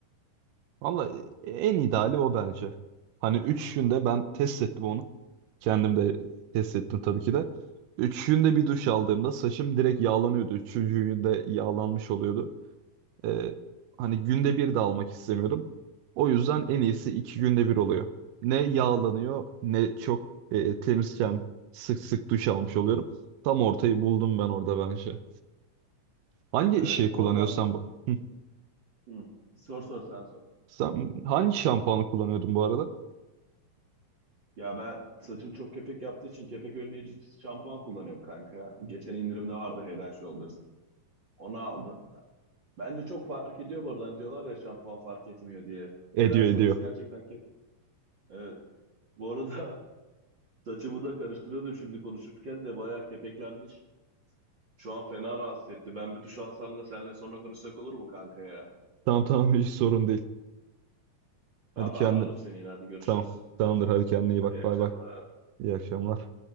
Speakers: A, on the right; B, on the right.
A: Valla en ideali o bence. Hani 3 günde ben test ettim onu. Kendim de test ettim tabii ki de. 3 günde bir duş aldığımda saçım direkt yağlanıyordu. Üçüncü günde yağlanmış oluyordu. Ee, hani günde bir de almak istemiyordum. O yüzden en iyisi 2 günde bir oluyor. Ne yağlanıyor ne çok e, temizken sık sık duş almış oluyorum. Tam ortayı buldum ben orada bence. Hangi
B: Evet
A: şey
B: bu
A: kullanıyorsan
B: arada
A: bu? Hı.
B: hı, sor sor sen sor.
A: Sen hangi şampuanı kullanıyordun bu arada?
B: Ya ben saçım çok kepek yaptığı için kepek önleyici şampuan kullanıyorum kanka. Geçen indirimde vardı Head and Shoulders. Onu aldım. Bence çok fark ediyor bu arada. Hani diyorlar ya şampuan fark etmiyor diye.
A: Ediyor
B: Head and Shoulders
A: ediyor.
B: gerçekten kep... Evet. Bu arada <laughs> saçımı da karıştırıyordum şimdi konuşurken de bayağı kepeklenmiş. Şu an fena rahatsız etti. Ben bir duş alsam da seninle sonra konuşsak olur mu kanka ya?
A: Tamam tamam hiç sorun değil.
B: Tamam
A: Hadi kendin.
B: ben ararım seni yine hadi görüşürüz.
A: Tamam. Tamamdır hadi kendine iyi
B: Hadi
A: bak.
B: iyi akşamlar.
A: Bay bay. İyi akşamlar.